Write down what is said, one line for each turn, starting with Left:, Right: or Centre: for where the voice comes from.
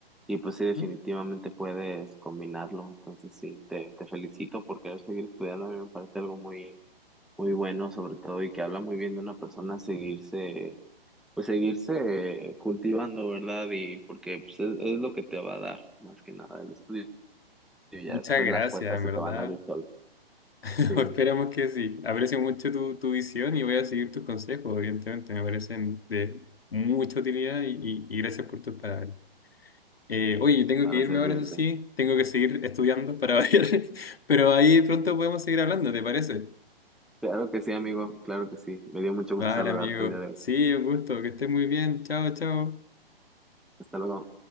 Centre: Y pues sí, definitivamente
Left: ¿Mm?
Centre: puedes combinarlo. Entonces sí, te, te felicito porque seguir estudiando a mí me parece algo muy muy bueno sobre todo y que habla muy bien de una persona seguirse, pues seguirse cultivando, ¿verdad? Y porque pues, es, es lo que te va a dar más que nada el estudio y ya
Left: Muchas
Centre: después
Left: gracias,
Centre: las puertas
Left: en
Centre: se
Left: verdad.
Centre: te van a abrir solas,
Left: <laughs>
Centre: sí,
Left: Esperamos que sí. Aprecio mucho tu, tu visión y voy a seguir tus consejos, evidentemente. Me parecen de mucha utilidad y, y- y gracias por tus palabras. Eh, oye, tengo
Centre: para
Left: que irme
Centre: servirte.
Left: ahora, eso sí. Tengo que seguir estudiando para <laughs> variar. Pero ahí pronto podemos seguir hablando, ¿te parece?
Centre: Claro que sí, amigo, claro que sí. Me dio mucho gusto
Left: Vale,
Centre: saludarte
Left: amigo.
Centre: el día de hoy.
Left: Sí, un gusto. Que estés muy bien. Chao, chao.
Centre: Hasta luego.